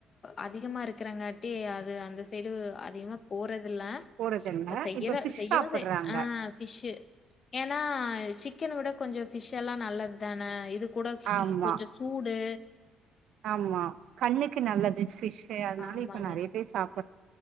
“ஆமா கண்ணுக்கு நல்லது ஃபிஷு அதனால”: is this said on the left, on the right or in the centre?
Right